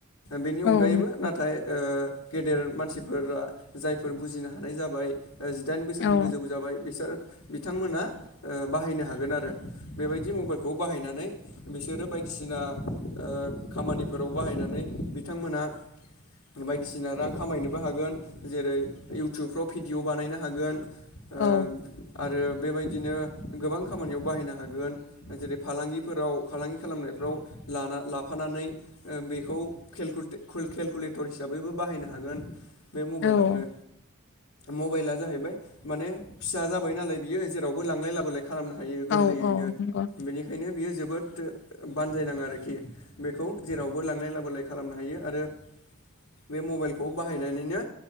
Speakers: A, on the left (about 75°); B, on the left (about 55°).
A: बेनि अनगायैबो
B: औ नंगौ
A: नाथाय ओ गेदेर मानसिफोरा जायफोर बुजिनो हा हानाय जाबाय ओ जिदाइन बोसोरनि
B: औ
A: गोजौ जाबाय बिसोर बिथांमोना ओ बाहायनो हागोन आरो बेबायदि मबाइलखौ बाहायनानै बिसोरो बाय दिसिना ओ खामानिफोराव बाहायनानै बिथांमोना बायदिसिना रां खामायनोबो हागोन जेरै इउ टुबफ्राव भिडिअ बानायनो हागोन ओ
B: औ
A: आरो बेबायदिनो गोबां खामानियाव बाहायनो हागोन जेरै फालांगिफोराव फालांगि खालामनायफ्राव लाना लाफानानै ओ बेखौ केलकुत-केलकुलेटर हिसाबैबो बाहायनो हागोन। बे मबाइलावनो।
B: औ
A: मबाइला जाहैबाय माने फिसा जाबाय नालाय बियो जेरावबो लांलाय लाबोलाय खालामनो हायो गोरलैयैनो
B: औ औ नंगौ
A: बेनिखायनो बियो जोबोद बानजायनां आरोखि। बे खौ जेरावबो लांलाय लाबोलाय खालामनो हायो आरो बे मबाइलखौ बाहायनानैनो